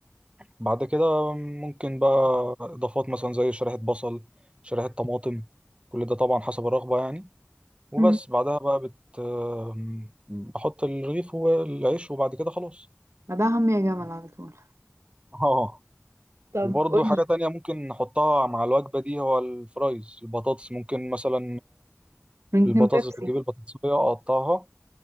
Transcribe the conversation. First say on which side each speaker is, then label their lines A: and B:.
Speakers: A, on the right; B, on the right.
A: بعد كده ممكن بقى إضافات مثلا زي شريحة بصل شريحة طماطم كل ده طبعا حسب الرغبة يعني وبس
B: مم.
A: بعدها بقى بت آم، بحط الرغيف والعيش وبعد كده خلاص
B: ما ده هم يا جمل
A: <laughs>
B: على طول
A: اه
B: طب
A: وبرضه
B: قولي
A: حاجة تانية ممكن نحطها مع الوجبة دي هو الفرايز البطاطس ممكن مثلا
B: ممكن
A: البطاطس
B: بيبسي
A: بتجيب البطاطساية أقطعها